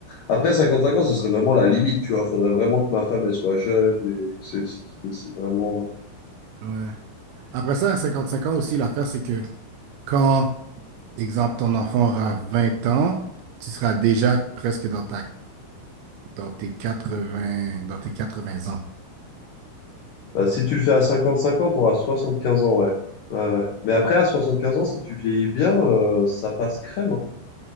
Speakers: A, on the left (about 75°); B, on the right (about 80°).
A: Après 55 ans, ce serait vraiment la limite, tu vois. Faudrait vraiment que ma femme, elle soit jeune et que c'est c'est- c'est vraiment.
B: ouais. Après ça, à 55 ans aussi, l'affaire, c'est que quand, exemple, ton enfant aura 20 ans, tu seras déjà presque dans ta, dans tes quatre-vingts dans tes 80 ans.
A: Bah, si tu le fais à cinquante-cinquante, ans, tu auras quinze ans, ouais. Ouais, ouais. mais après, à 75 ans, si tu vieillis bien, euh, ça passe crème. hein.